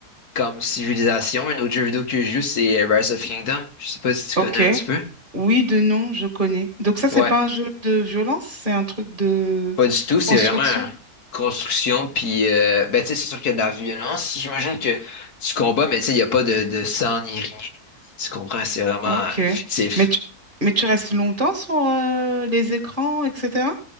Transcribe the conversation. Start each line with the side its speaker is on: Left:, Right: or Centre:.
Left: comme Civilization. Un autre jeu vidéo que je joue, c'est euh, Rise of Kingdom. Je sais pas si tu
Right: Ok.
Left: connais un petit peu.
Right: Oui, de nom, je connais. Donc ça,
Left: Ouais.
Right: c'est pas un jeu de violence, c'est un truc de
Left: Pas du tout, c'est
Right: construction.
Left: vraiment euh, construction, puis euh, ben, tu sais, c'est sûr qu'il y a de la violence. J'imagine que tu combats, mais tu sais, il n'y a pas de, de sang ni rien. Tu comprends, c'est vraiment
Right: Ok.
Left: euh, fictif.
Right: Mais tu, mais tu restes longtemps sur euh, les écrans, etc.